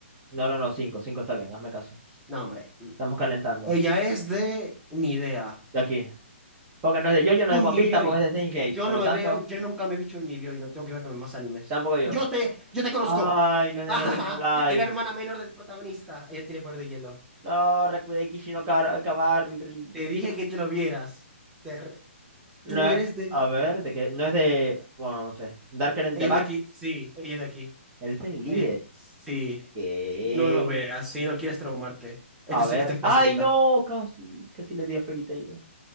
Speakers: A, on the right (about 25°); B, in the centre.
A: No, no, no, cinco, cinco está bien, hazme caso.
B: No, hombre.
A: Estamos calentando.
B: Ella es de ni idea.
A: de aquí. Porque no es de JoJo, no
B: Chunibyo.
A: es de One Piece, tampoco es de Steins Gate.
B: Yo
A: Por
B: no
A: lo
B: me
A: tanto,
B: veo, yo nunca me he visto un y no tengo que verme más animes.
A: tampoco yo.
B: Yo te, yo te conozco.
A: Ay, no es de
B: <laughs>
A: No Game No Life.
B: Es la hermana menor del protagonista. Ella tiene poder de hielo.
A: No, Rakudei Kishino Kabarri.
B: Te dije que te lo vieras. Te re-
A: No
B: Tú eres
A: es-
B: de.
A: a ver, de qué. No es de. Bueno, no sé. Darker in
B: Ella
A: the Back.
B: es de aquí. Sí, ella es de aquí.
A: Elfen Lied.
B: Ella- Sí.
A: ¿Qué?
B: No lo veas. Si no quieres traumarte. Este,
A: A
B: es-
A: ver.
B: este es facilita.
A: Ay, no, casi. Casi le di a Fairy Tail,